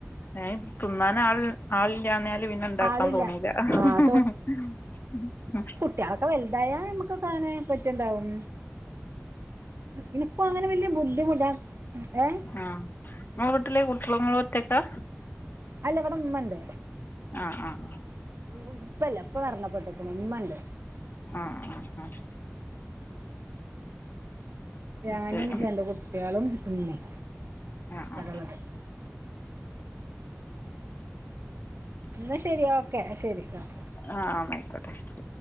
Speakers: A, on the left; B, on the right.
A: ആഹ് തിന്നാൻ ആൾ ആളില്ലാന്നേ ല് പിന്നെണ്ടാക്കാൻ
B: ആളില്ല
A: പോണൂല്ല അഹ്
B: ആഹ്
A: ഹ് ഹ് ഹ്
B: ട്ട്യായാളൊക്കെ വലുതായ നമ്മുക്ക് അങ്ങനെ പറ്റ്ണ്ടാവും ഇനിക് അങ്ങനെ വല്യ ബുദ്ധിമുട്ടാ <unintelligible> ഏഹ്
A: ആഹ് ങ്ങളെ വീട്ടില് കുട്ട്യാളും ഇങ്ങളും ഒറ്റക്കാ
B: അല്ല ഇവട ഉമ്മണ്ട്
A: ആ ആ
B: ഉം ഉ ഉപ്പില്ല ഉപ്പ മരണപ്പോട്ടേക്കണ് ഉമ്മണ്ട്
A: ആഹ് ആഹ് ആഹ്
B: ഞാനും
A: ശരി
B: രണ്ട് കുട്ടികളും ഉമ്മീം
A: ആ ആ
B: ആണുള്ളത് എന്നാ ശരി ഓക്കെ ശരി ആഹ്
A: ആഹ് എന്നാ ആയിക്കോട്ടെ ശരി